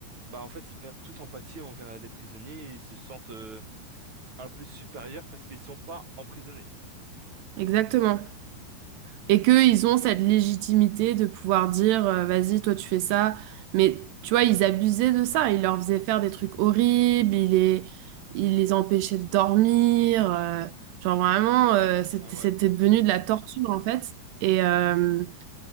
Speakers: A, on the right; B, on the right.
A: bah en fait, ils perdent toute empathie envers les prisonniers et ils se sentent euh, un peu supérieurs parce qu'ils sont pas emprisonnés.
B: exactement. Et qu'ils ont cette légitimité de pouvoir dire, euh, vas-y, toi tu fais ça. Mais tu vois, ils abusaient de ça. Ils leur faisaient faire des trucs horribles, ils les, ils les empêchaient de dormir. euh, genre vraiment, euh, c'était,
A: Ah ouais.
B: c'était devenu de la torture en fait. Et, euh,